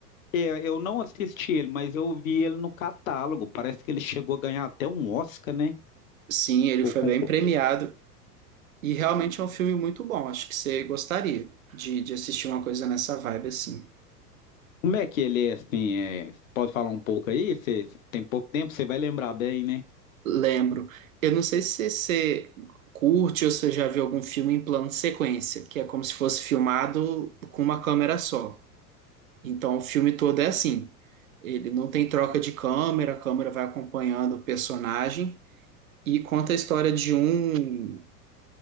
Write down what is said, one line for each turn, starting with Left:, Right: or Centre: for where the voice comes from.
Left: é, eu não assisti ele, mas eu vi ele no catálogo. Parece que ele chegou a ganhar até um Oscar, né?
Right: Sim, ele
Left: ou
Right: foi
Left: concorreu.
Right: bem premiado e realmente é um filme muito bom. Acho que você gostaria de, de assistir uma coisa nessa vibe assim.
Left: Como é que ele é assim? é, pode falar um pouco aí? Você tem pouco tempo, você vai lembrar bem, né?
Right: Lembro. Eu não sei se você curte ou se você já viu algum filme em plano de sequência, que é como se fosse filmado com uma câmera só. Então, o filme todo é assim. Ele não tem troca de câmera, a câmera vai acompanhando o personagem e conta a história de um